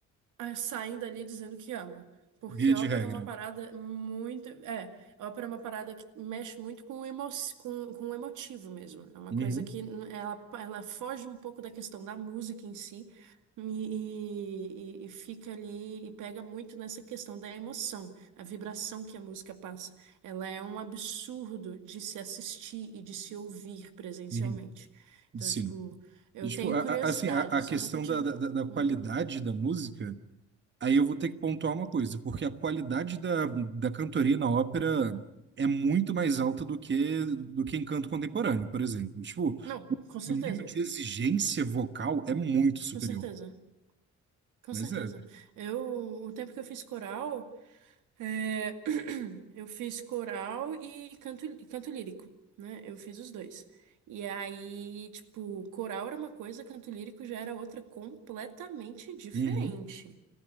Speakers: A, on the right (about 85°); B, on the right (about 40°).
A: ah, saem dali dizendo que amam. Porque
B: Via de
A: ópera
B: regra.
A: é uma parada muito. É, ópera é uma parada que mexe muito com o emo... com, com o emotivo mesmo. É uma
B: Uhum,
A: coisa que n- ela, ela foge um pouco da questão da música em si e, e, e fica ali e pega muito nessa questão da emoção, a vibração que a música passa. Ela é um absurdo de se assistir e de se ouvir presencialmente.
B: uhum.
A: Então,
B: Sim.
A: tipo, eu
B: E, tipo,
A: tenho
B: a-
A: curiosidade,
B: a- assim, a, a
A: eu só
B: questão
A: nunca tive
B: da, da, da- da qualidade
A: muita.
B: da música. Aí eu vou ter que pontuar uma coisa, porque a qualidade da, da cantoria na ópera é muito mais alta do que do que em canto contemporâneo, por exemplo. Tipo,
A: Não,
B: o,
A: com certeza,
B: o nível de exigência vocal é muito superior.
A: com certeza, com
B: Mas
A: certeza.
B: é.
A: Eu, o tempo que eu fiz coral, é, <clears throat> eu fiz coral e canto, e canto lírico, né? Eu fiz os dois. E aí, tipo, coral era uma coisa, canto lírico já era outra completamente diferente.
B: Uhum.